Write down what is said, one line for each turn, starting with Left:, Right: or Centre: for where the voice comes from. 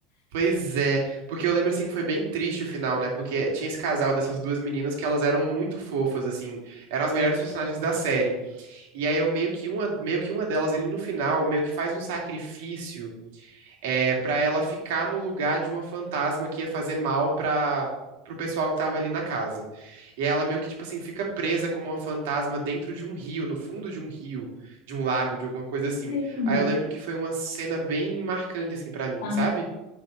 Right: Pois é, porque eu lembro assim que foi bem triste o final, né? Porque tinha esse casal dessas duas meninas que elas eram muito fofas, assim, eram as melhores personagens da série. E aí eu meio que uma, meio que uma delas, ele no final, meio que faz um sacrifício é, para ela ficar no lugar de uma fantasma que ia fazer mal pra, pro pessoal que tava ali na casa. E ela meio que, tipo assim, fica presa como uma fantasma dentro de um rio, no fundo de um rio, de um lago, de alguma coisa assim.
Left: Ai, lembra.
Right: Aí eu lembro que foi uma cena bem marcante, assim, pra mim,
Left: Ah,
Right: sabe?